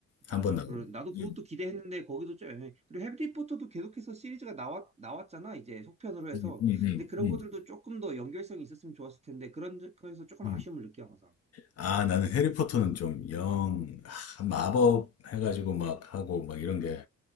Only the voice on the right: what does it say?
맞아.
그러, 나도 그것도
기대했는데 거기도 좀 애매해. 그리고 해리포터도 계속해서 시리즈가 나왔, 나왔잖아. 이제 속편으로 해서.
근데 그런
것들도 조금 더 연결성이 있었으면 좋았을 텐데 그런 거에서 조금
아쉬움을 느껴 항상.